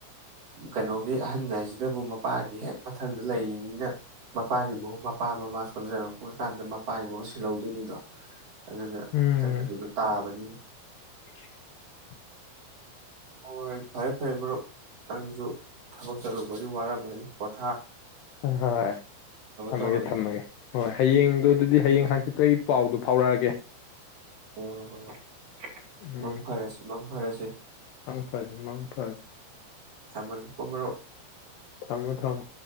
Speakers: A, on the right; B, on the left.
A: ꯀꯩꯅꯣꯒꯤ ꯑꯍꯟ ꯍꯥꯏꯁꯤꯗꯕꯨ ꯃꯄꯥꯒꯤ ꯍꯦꯛ ꯃꯊꯪꯗ ꯂꯩꯔꯤꯅꯤꯅ ꯃꯄꯥꯒꯤ <unintelligible> ꯃꯄꯥ ꯃꯃꯥ ꯁꯣꯟꯖꯔꯛꯄ ꯀꯥꯟꯗ ꯃꯄꯥꯏ ꯃꯍꯨꯠ ꯁꯤꯜꯍꯧꯗꯣꯏꯅꯤꯗꯣ ꯑꯗꯨꯅ ꯑꯗꯨꯅ
B: ꯎꯝ
A: ꯑꯗꯨꯗ ꯇꯥꯕꯅꯤꯅꯦ
B: <unintelligible>
A: ꯍꯣꯏ ꯍꯣꯏ ꯐꯔꯦ ꯐꯔꯦ ꯃꯔꯨꯞ ꯅꯪꯁꯨ ꯊꯕꯛ ꯆꯠꯂꯨꯕꯒꯤ ꯋꯥꯔꯝ ꯃꯥ <unintelligible>
B: ꯍꯣꯏ ꯊꯝꯃꯒꯦ
A: ꯇꯧꯔꯒꯦ
B: ꯊꯝꯃꯒꯦ ꯍꯣꯏ ꯍꯌꯦꯡꯗꯨ ꯑꯗꯨꯗꯤ ꯍꯌꯦꯡ ꯍꯥ ꯁꯤꯠꯄꯩ ꯄꯥꯎꯗꯣ ꯐꯥꯎꯔꯛꯑꯒꯦ
A: ꯍꯣ ꯍꯣ ꯍꯣꯏ ꯍꯣꯏ
B: ꯎꯝ
A: ꯃꯪ ꯐꯔꯁꯤ ꯃꯪ ꯐꯔꯁꯦ
B: ꯃꯪ ꯐꯔꯁꯦ ꯃꯣ ꯐꯔꯁꯦ
A: ꯊꯝꯃꯒꯦ ꯀꯣ ꯃꯔꯨꯞ
B: ꯊꯝꯃꯣ ꯊꯝꯃꯣ